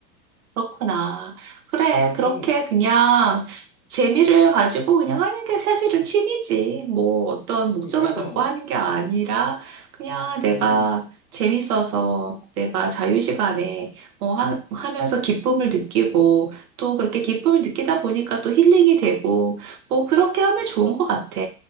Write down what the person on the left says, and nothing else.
응,
맞아.
응,